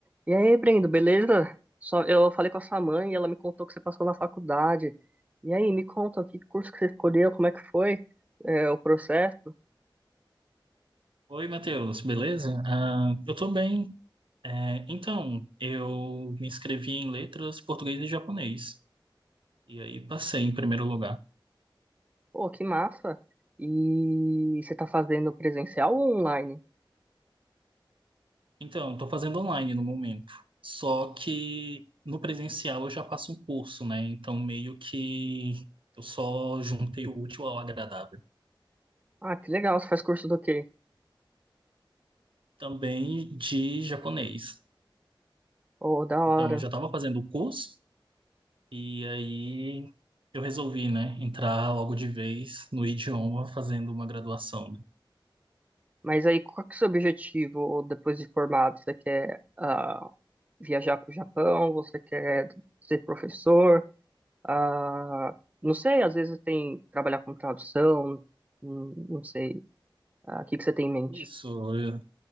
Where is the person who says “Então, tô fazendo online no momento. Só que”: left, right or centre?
Right